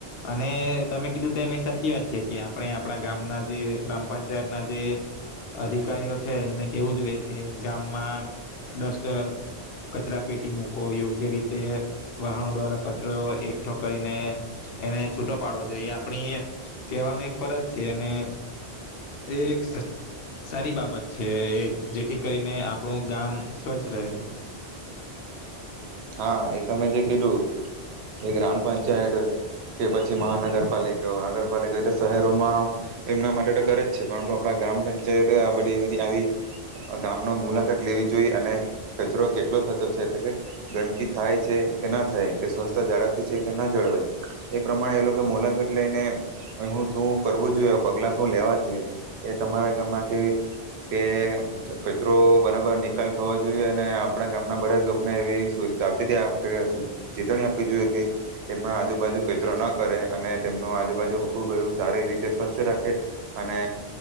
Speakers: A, on the left; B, on the right.
A: અને તમે કીધું તેમ અ સાચી વાત છે કે આપણે આપણા ગામના જે ગ્રામ પંચાયત ના જે, અધિકારીઓ છે એમને કેવું જોઈએ કે ગામમાં, ડસ્ટ કચરા પેટી મૂકો યોગ્ય રીતે વાહનો દ્વારા કચરો એકઠો કરીને, એને છૂટો પાડવો જોઈએ આપણી કહેવાનો એક ફરજ છે અને, એ એક સારી બાબત છે જેથી કરીને આપણું ગામ સ્વચ્છ રહે.
B: હા એ તમે જે કીધું, એ ગ્રામ પંચાયત કે પછી મહાનગરપાલિકા નગરપાલિકા એ શહેરોમાં, એમના માટે તો કરે જ છે પરંતુ આપણા ગ્રામ પંચાયતે આ બધી આવી ગામનો મુલાકાત લેવી જોઈએ અને કચરો કેટલો થતો છે એટલે કે. ગંદકી થાય છે કે ના થાય કે સ્વચ્છતા જાળવતી છે કે ન જળવાય, એ પ્રમાણે એ લોકો મુલાકાત લઈને હું શું કરવું જોઈએ પગલાં શું લેવા જોઈએ, કે તમારા ગામમાં કે, કે કચરો બરાબર નિકાલ થવો જોઈએ અને આપણા ગામના બધા જ લોકોને એવી સાવચેતી ચેતણી આપવી જોઈએ કે, તેમના આજુબાજુ કચરો ન કરે અને તેમનું આજુબાજુ ખુબ એવ સારી રીતે સ્વસ્થ રાખે, અને